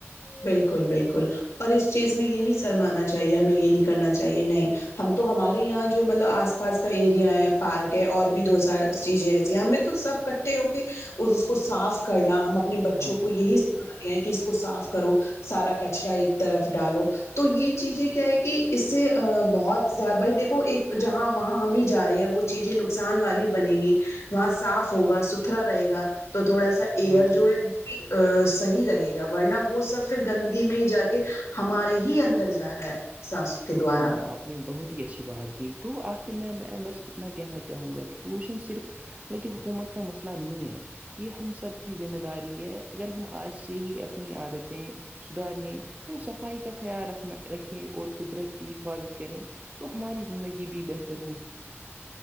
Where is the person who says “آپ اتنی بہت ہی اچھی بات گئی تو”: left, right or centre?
Right